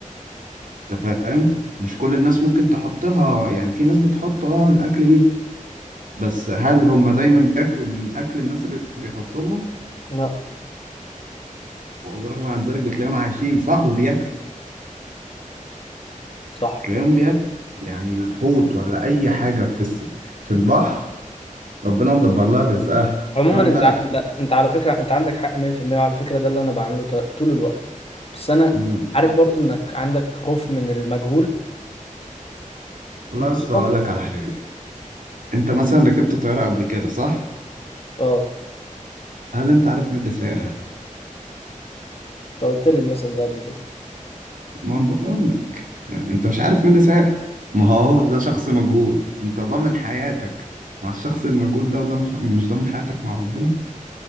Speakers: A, on the right; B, on the left.
A: أنت فاهم مش كل الناس ممكن تحط لها يعني في ناس بتحط أه الأكل ليه بس هل هم دايما بياكلوا من أكل الناس اللي بيحطوا لهم
B: لا
A: ورغم عن ذلك بتلاقيهم عايشين صح وبياكلوا
B: صح
A: تلاقيهم بياكلوا يعني الحوت ولا أي حاجة في الس- في البحر ربنا مدبر لها رزقها
B: عموما
A: فاهم
B: انت
A: بالك
B: ع- انت انت على فكره انت عندك حق 100% وعلى فكره ده اللي انا بعمله ط- طول الوقت بس انا
A: مم.
B: عارف برضو انك عندك خوف من المجهول
A: والله
B: انت
A: لسه
B: فاهم قصدي
A: هقول لك على حاجة انت مثلا ركبت طياره قبل كده صح
B: اه
A: هل انت عارف مين اللي سايقها
B: لو قلت لي المثل ده قبل كده
A: ما أنا بقول لك يعني انت مش عارف مين اللي سايقها ما هو ده شخص مجهول انت ضامن حياتك مع الشخص المجهول ده وده مش مش ضامن حياتك مع ربنا